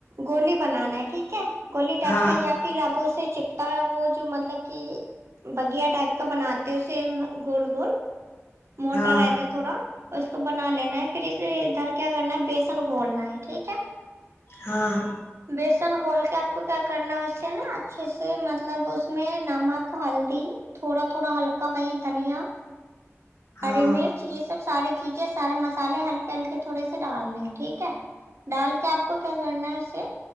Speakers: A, on the right; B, on the left.
A: گولی بنانا ہے ٹھیک کیا گولی ٹائپ
B: ہاں
A: کا یا پھر اب اس سے چپتا وہ جو مطلب کہ بگیا ٹائپ کا بناتے اسے گول گول موٹر
B: ہاں
A: رہتا تھوڑا اور اس کو بنا لینا ہے پھر اسے ادھر کیا کرنا ہے بیسن گھولنا ہے ٹھیک ہے
B: ہاں
A: بیسن کھول کے آپ کو کیا کرنا اس سے نا اچھے سے مطلب اس میں نمک ہلدی تھوڑا تھوڑا ہلکا وی دھنیا ہری
B: ہاں
A: مرچ یہ سب ساری چیزیں سارے مس مسالے ہلکے ہلکے تھوڑے سے ڈالنے ہیں ٹھیک ہے ڈال کے آپ کو کیا کرنا ہے اسے